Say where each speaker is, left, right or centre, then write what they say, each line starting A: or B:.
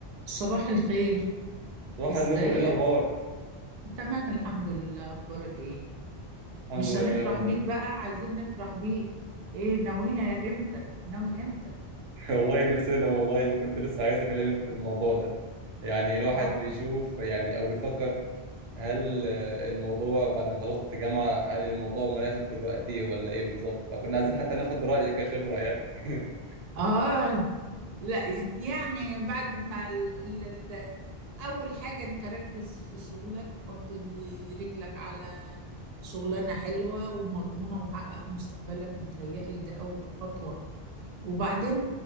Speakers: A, on the right (about 50°); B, on the right (about 80°).
A: صباح الخير
B: صباح
A: ازيك
B: النور ايه الاخبار
A: تمام الحمد لله اخبارك ايه
B: الحمد
A: مش
B: لله
A: هنفرح
B: والله
A: بيك بقى عايزين نفرح بيك ايه ناويها امتى ناوي امتى
B: <laughs> والله نفسنا والله كنت لسه عايز اكلمك في الموضوع ده يعني الواحد
A: اه
B: بيشوف يعني او بيفكر هل آه، الموضوع بعد ما خلصت جامعة هل الموضوع مناسب دلوقتي ولا ايه بالظبط فكنا عايزين حتى ناخد رأيك كخبرة يعني <laughs>
A: اه لا يعني بعد ما ال... ال... ال... اول حاجة انت ركز في شغلك حط رجلك على شغلانة حلوة ومضمونة ومحقق مستقبلك متهيألي ده اول خطوة وبعدين